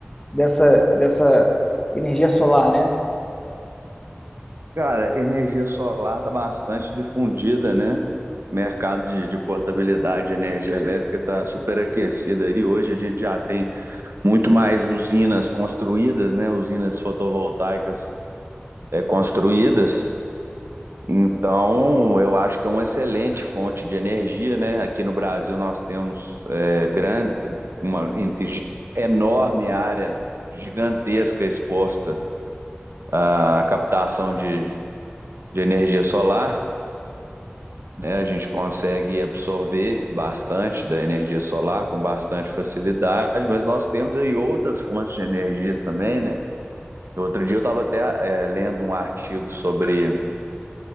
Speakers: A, on the left; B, on the right.
A: dessa, dessa energia solar, né?
B: Cara, energia solar está bastante difundida, né? Mercado de, de portabilidade de energia elétrica está superaquecido e hoje a gente já tem muito mais usinas construídas, né? Usinas fotovoltaicas é, construídas. Então, eu acho que é uma excelente fonte de energia, né? Aqui no Brasil nós temos é, grande, uma en- gi- enorme área gigantesca exposta à captação de, de energia solar, né? A gente consegue absorver bastante da energia solar com bastante facilidade, mas nós temos aí outras fontes de energias também, né? Outro dia eu estava até eh, lendo um artigo sobre